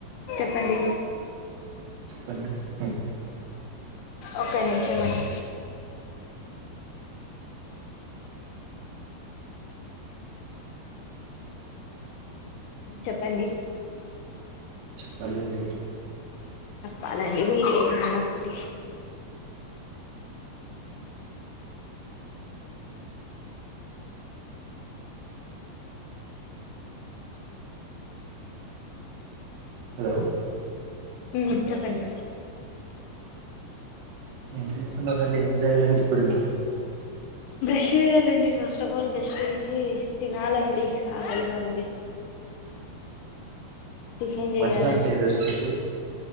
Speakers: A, on the left (about 80°); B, on the right (about 80°).
A: ప్పండి
B: చెప్పండి క
A: ఒకక నిమిష మండి మ్ చెప్పండి
B: చెప్పాలండి
A: చెప్పాలండి మీరేమన్న ఒకటి
B: హలో
A: మ్ చెప్పండి
B: వేస్తున్నారండి ఎంజాయ్లాండి ఇప్పుడేను
A: బ్రష్ చేయాలండి ఫస్ట్ ఆఫ్ ఆల్ బ్రష్ట్ వేసి తినాలండి ఆకలిగా ఉంది టిఫిన్ చేయాలండి
B: మటనా అండి ఈరోజు స్పెషల్